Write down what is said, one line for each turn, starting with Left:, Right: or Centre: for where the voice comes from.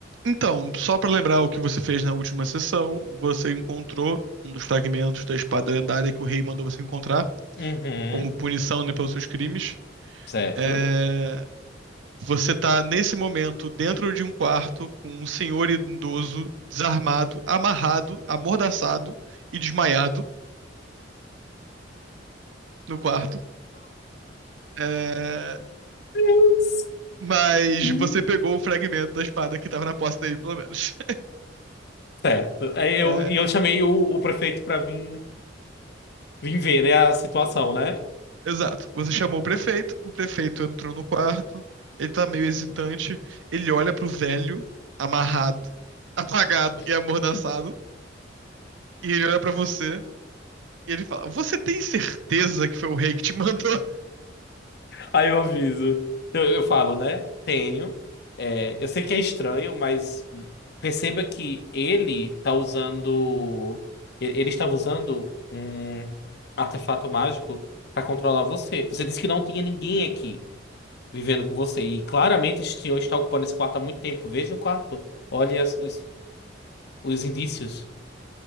Right: Então, só para lembrar o que você fez na última sessão, você encontrou um dos fragmentos da espada lendária que o rei mandou você encontrar,
Left: Uhum,
Right: como punição, né, pelos seus crimes.
Left: certo.
Right: É, Você está nesse momento, dentro de um quarto com um senhor idoso, desarmado, amarrado, amordaçado e desmaiado no quarto. É,
Left: Deus.
Right: Mas
Left: Uhum.
Right: você pegou o fragmento da espada que estava na posse dele, pelo menos.
Left: Certo. Aí eu,
Right: <laughs>
Left: e eu chamei o, o prefeito pra vir, vir ver, né, a situação, né?
Right: Exato. Você chamou o prefeito, o prefeito entrou no quarto, ele tá meio hesitante, ele olha pro velho, amarrado, <laughs> apagado
Left: <laughs>
Right: e amordaçado, e ele olha pra você e ele fala: Você tem certeza que foi o rei que te mandou? <laughs>
Left: Aí eu aviso. Eu, eu falo, né? Tenho. É, eu sei que é estranho, mas perceba que ele tá usando. e- Ele estava usando um artefato mágico para controlar você. Você disse que não tinha ninguém aqui vivendo com você. E claramente esse senhor está ocupando esse quarto há muito tempo. Veja o quarto. Olha as- os, os indícios.